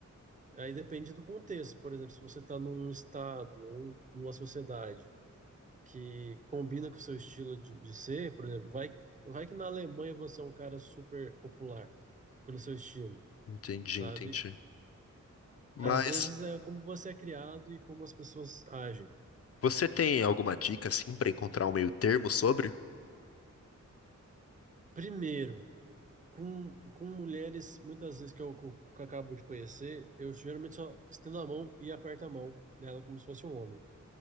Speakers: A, on the right; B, on the left.
A: Aí depende do contexto. Por exemplo, se você está num estado ou um- numa sociedade que combina com o seu estilo de, de ser, por exemplo, vai, vai que na Alemanha você é um cara super popular. pelo seu estilo,
B: entendi,
A: sabe?
B: entendi. Mas
A: Às vezes é como você é criado e como as pessoas agem.
B: você tem alguma dica, assim, pra encontrar um meio termo sobre?
A: Primeiro, com, com mulheres, muitas vezes que eu, que eu que eu acabo de conhecer, eu geralmente só estendo a mão e aperto a mão dela como se fosse um homem.